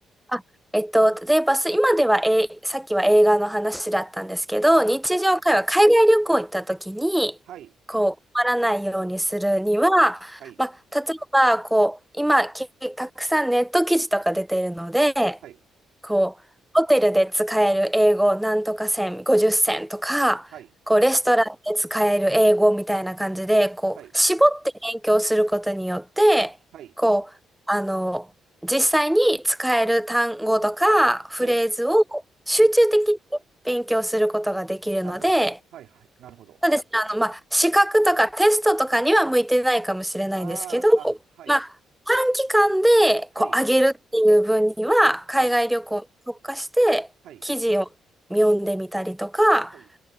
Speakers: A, in the centre; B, on the right.
A: あえっと、例えばす今では、えー、さっきは映画の話だったんですけど、日常会話、
B: はい。
A: 海外旅行行った時に、
B: はい。
A: こう、困らないようにするには、
B: はい。
A: まあ、例えば、こう、今、けたくさんネット記事とか出ているので、
B: はい。
A: こう、ホテルで使える英語なんとか線、50線とか、
B: はい。
A: こう、レストランで使える英語みたいな感じで、こう、
B: はい。
A: 絞って勉強することによって、
B: はい。
A: こう、あの、実際に使える単語とかフレーズを集中的に勉強することができるので、
B: はい。はい。なるほど。はい。はい。なるほど。
A: そうですね、あの、まあ、資格とかテストとかには向いてないかもしれないんですけど、
B: あーあ、はい。
A: まあ、短期間でこう上げるっていう分には、
B: はい。
A: 海外旅行に特化して記事を読んでみたりとか、
B: はい。はい。はい。